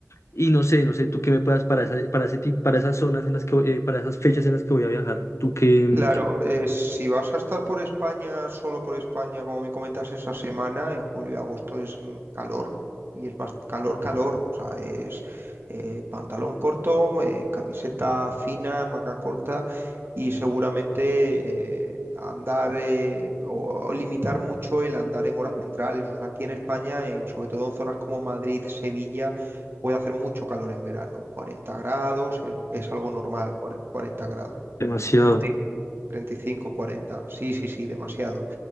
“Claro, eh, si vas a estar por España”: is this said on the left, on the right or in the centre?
Right